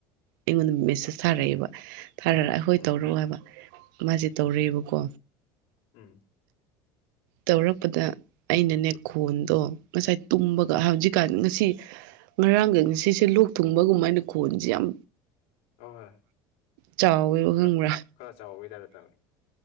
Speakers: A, on the right; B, on the left.
A: ꯑꯩꯉꯣꯟꯗ ꯃꯦꯁꯦꯁ ꯊꯥꯔꯛꯑꯦꯕ ꯊꯥꯔꯔ ꯍꯣꯏ
B: ꯎꯝ
A: ꯇꯧꯔꯛꯑꯣ ꯍꯥꯏꯕ ꯃꯥꯁꯦ ꯇꯧꯔꯛꯑꯦꯕꯀꯣ꯫
B: ꯎꯝ꯫
A: ꯇꯧꯔꯛꯄꯗ ꯑꯩꯅꯅꯦ ꯈꯣꯟꯗꯣ ꯉꯁꯥꯏ ꯇꯨꯝꯕꯒ ꯍꯧꯖꯤꯛꯀꯥꯟ ꯉꯁꯤ꯫ ꯉꯔꯥꯡꯒꯤ ꯉꯁꯤꯁꯦ ꯂꯣꯛ ꯊꯨꯡꯕꯒꯨꯝꯕ ꯍꯥꯏꯅ ꯈꯣꯟꯁꯦ ꯌꯥꯝ
B: ꯍꯣꯏ ꯍꯣꯏ
A: ꯆꯥꯎꯋꯦꯕ
B: ꯈꯔ
A: ꯈꯪꯕ꯭ꯔꯥ꯫
B: ꯈꯔ ꯆꯥꯎꯕꯒꯤ ꯇꯥꯏꯞꯇ ꯇꯧꯋꯦ